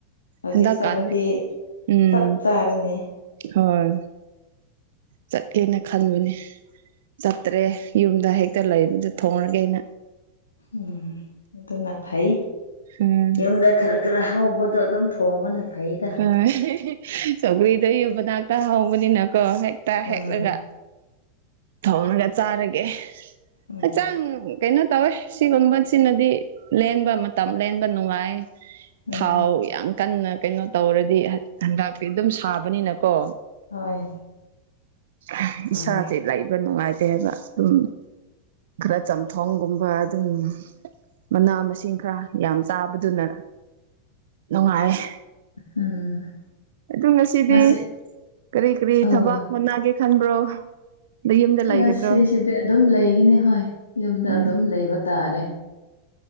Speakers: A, on the left; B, on the right.
A: ꯍꯧꯖꯤꯛ
B: ꯍꯟꯗꯛꯀꯥꯟ
A: ꯆꯠꯂꯗꯤ
B: ꯎꯝ
A: ꯆꯞ ꯆꯥꯔꯅꯤ
B: ꯍꯣꯏ ꯆꯠꯀꯦꯅ ꯈꯟꯕꯅꯤ ꯆꯠꯇ꯭ꯔꯦ ꯌꯨꯝꯗ ꯍꯦꯛꯇ ꯂꯩꯕꯗꯨ ꯊꯣꯡꯉꯒꯦꯅ
A: ꯎꯝ ꯑꯗꯨꯅ ꯐꯩ
B: ꯎꯝ
A: ꯌꯨꯝꯗ ꯈꯔ ꯈꯔ ꯍꯧ ꯕꯗꯣ ꯑꯗꯨꯝ ꯊꯣꯡꯕꯅ ꯐꯩꯗ
B: ꯍꯣꯏ ꯁꯧꯒ꯭ꯔꯤꯗ ꯌꯨꯝꯃꯅꯥꯛꯇ ꯍꯧꯕꯅꯤꯅ ꯀꯣ ꯍꯦꯛꯇ
A: ꯎꯝ
B: ꯍꯦꯛꯂꯒ ꯊꯣꯡꯉꯒ ꯆꯥꯔꯒꯦ
A: ꯎꯝ
B: ꯍꯛꯆꯥꯡ ꯀꯩꯅꯣ ꯇꯧꯋꯦ ꯁꯤꯒꯨꯝꯕꯁꯤꯅꯗꯤ ꯂꯦꯟꯕ ꯃꯇꯝ ꯂꯦꯟꯕ ꯅꯨꯡꯉꯥꯏ
A: ꯎꯝ
B: ꯊꯥꯎ ꯌꯥꯝ ꯀꯟꯅ ꯀꯩꯅꯣ ꯇꯧꯔꯗꯤ ꯍꯟ ꯍꯟꯗꯛꯗꯤ ꯑꯗꯨꯝ ꯁꯥꯕꯅꯤꯅ ꯀꯣ
A: ꯍꯣꯏ
B: ꯍ
A: ꯑꯗꯨꯅꯦ
B: ꯏꯁꯥꯖꯦ ꯂꯩꯕ ꯅꯨꯡꯉꯥꯏꯇꯦ ꯍꯥꯏꯕ ꯗꯨꯝ ꯈꯔ ꯆꯝꯊꯣꯡꯒꯨꯝꯕ ꯑꯗꯨꯝ ꯃꯅꯥ ꯃꯁꯤꯡ ꯈꯔ ꯌꯥꯝ ꯆꯥꯕꯗꯨꯅ ꯅꯨꯡꯉꯥꯏꯌꯦ
A: ꯎꯝ
B: ꯑꯗꯨ ꯉꯁꯤꯗꯤ
A: ꯉꯁꯤ
B: ꯀꯔꯤ ꯀꯔꯤ
A: ꯑꯣ
B: ꯊꯕꯛ ꯍꯣꯠꯅꯒꯦ ꯈꯟꯕ꯭ꯔꯣ ꯌꯨꯝꯗ ꯂꯩꯒꯗ꯭ꯔꯣ
A: ꯉꯁꯤꯁꯤꯗꯤ ꯑꯗꯨꯝ ꯂꯩꯒꯅꯤ ꯍꯣꯏ ꯌꯨꯝꯗ
B: ꯎꯝ
A: ꯑꯗꯨꯝ ꯂꯩꯕ ꯇꯥꯔꯦ